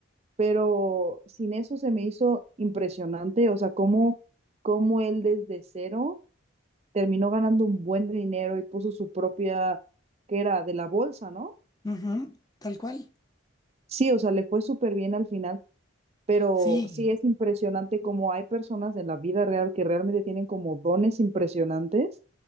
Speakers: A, on the right; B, on the left.
A: pero sin eso se me hizo impresionante, o sea, cómo, cómo él desde cero terminó ganando un buen dinero y puso su propia, que era de la bolsa, ¿no?
B: Ujú, tal cual.
A: Sí, o sea, le fue súper bien al final, pero
B: Sí.
A: sí es impresionante como hay personas en la vida real que realmente tienen como dones impresionantes